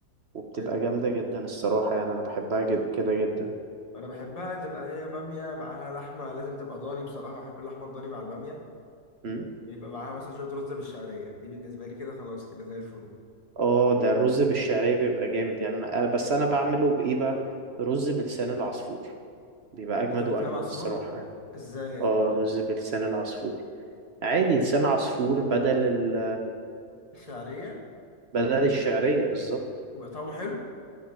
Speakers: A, on the right (about 55°); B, on the left (about 25°).
A: وبتبقى
B: حلو
A: جامده جدا الصراحه يعني انا بحبها جد... كده جدا
B: انا بحبها تبقى هي باميه معاها لحمه لازم تبقى ضاني بصراحه بحب اللحمه الضاني مع الباميه
A: أمم.
B: يبقى معاها مثلا شويه رز بالشعريه دي بالنسبه لي كده خلاص كده زي الفل
A: اه ده الرز بالشعريه بيبقى جامد يعني أنا... بس انا بعمله بايه بقى رز بلسان العصفور بيبقى اجمد
B: رز بلسان
A: واجمد
B: عصفور
A: الصراحه يعني
B: ازاي يعني
A: اه رز بلسان العصفور عادي لسان عصفور بدل ال
B: الشعريه
A: بدل الشعريه بالظبط
B: يبقى طعمه حلو